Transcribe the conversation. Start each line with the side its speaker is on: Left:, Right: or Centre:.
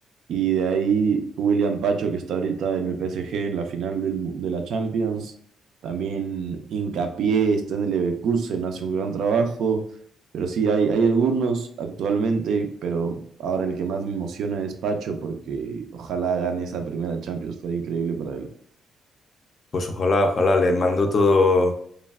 Right: Y de ahí William Pacho, que está ahorita en el PSG en la final del mu- de la Champions. También Hincapié está en el Leverkusen, hace un gran trabajo. Pero sí, hay, hay algunos actualmente, pero ahora el que más me emociona es Pacho, porque ojalá gane esa primera Champions, fuera increíble para él.
Left: Pues ojalá, ojalá, le mando todo,